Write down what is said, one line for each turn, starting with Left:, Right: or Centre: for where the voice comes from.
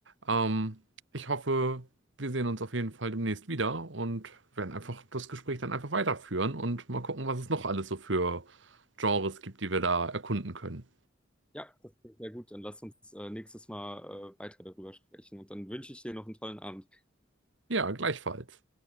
Right: Ähm, ich hoffe, wir sehen uns auf jeden Fall demnächst wieder und werden einfach das Gespräch dann einfach weiterführen und mal gucken, was es noch alles so für Genres gibt, die wir da erkunden können.
Centre: Ja, das klingt sehr gut. Dann lass uns äh, nächstes Mal äh, weiter darüber sprechen und dann wünsche ich dir noch einen tollen Abend.
Right: Ja, gleichfalls.